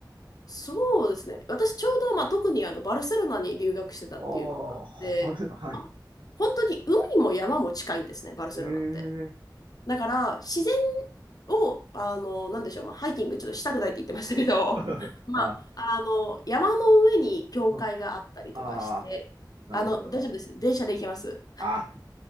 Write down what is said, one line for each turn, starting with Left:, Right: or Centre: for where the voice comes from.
Left: そうですね。私ちょうど、まあ、特にあのバルセロナに留学してたっていうのもあって、
Right: ああ、バルセロナ、はい。
Left: 本当に海も山も近いんですね、バルセロナって。
Right: ええ
Left: だから、自然を、あの、なんでしょう、まあ、ハイキングちょっとしたくないって言ってましたけど、
Right: <laughs>
Left: <laughs> まあ、
Right: あ、
Left: <laughs> あの、山の上に教会があったりとかして、
Right: うん、あー、なるほど。
Left: あの、大丈夫です。電車で行けます。
Right: あ、